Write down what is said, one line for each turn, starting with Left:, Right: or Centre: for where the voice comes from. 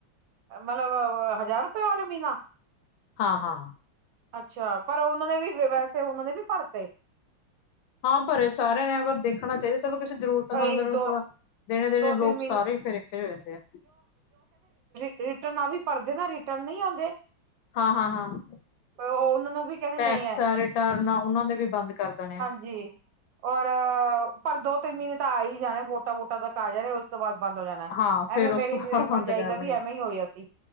Right: ਮਤਲਬ ਹਜ਼ਾਰ ਰੁਪਏ ਵਾਲੇ ਮਹੀਨਾ।
Left: ਹਾਂ-ਹਾਂ।
Right: ਅੱਛਾ, ਪਰ ਉਹਨਾਂ ਨੇ ਵੀ ਵੈਸੇ ਉਹਨਾਂ ਨੇ ਵੀ ਭਰਤੇ।
Left: ਹਾਂ ਭਰੇ ਸਾਰੇ ਨੇ ਪਰ ਦੇਖਣਾ ਚਾਹੀਦਾ। ਚਲੋ ਕਿਸੇ ਜ਼ਰੂਰਤਮੰਦ
Right: ਇੱਕ
Left: ਨੂੰ
Right: ਦੋ
Left: ਤਾਂ ਦੇਣੇ-ਦੇਣੇ,
Right: ਦੋ ਤਿੰਨ
Left: ਲੋਕ
Right: ਮਹੀਨੇ
Left: ਸਾਰੇ ਹੀ ਫੇਰ ਇੱਕ ਜੇ ਹੋ ਜਾਂਦੇ ਐ।
Right: ਰਿਟਰਨਾ ਵੀ ਭਰਦੇ ਨਾ, ਰਿਟਰਨ ਨਹੀਂ ਆਉਂਦੇ।
Left: ਹਾਂ, ਹਾਂ, ਹਾਂ।
Right: ਓਹ ਉਹਨਾਂ ਨੂੰ ਵੀ ਕਹਿੰਦੇ
Left: ਟੈਕਸ
Right: ਨਹੀਂ ਹੈ
Left: ਆ, ਰਿਟਰਨ ਆ ਉਹਨਾਂ ਦੇ ਵੀ ਬੰਦ ਕਰ ਦੇਣੇ ਐ।
Right: ਜੀ। ਔਰ ਪਰ ਦੋ ਤਿੰਨ ਮਹੀਨੇ ਤਾਂ ਆ ਹੀ ਜਾਣੇ, ਵੋਟਾਂ ਵੋਟਾਂ ਤੱਕ ਆ ਜਾਣੇ। ਓਸ ਤੋਂ ਬਾਅਦ ਬੰਦ ਹੋ ਜਾਨਾ
Left: ਹਾਂ
Right: ਐ,
Left: ਫੇਰ
Right: ਐਵੇਂ
Left: ਉਸ
Right: ਮੇਰੀ
Left: ਤੋਂ ਬਾਅਦ ਬੰਦ
Right: ਭਰਜਾਈ
Left: ਕਰਨਗੇ
Right: ਦਾ ਵੀ ਐਵੇਂ ਈ ਹੋਇਆ ਸੀ।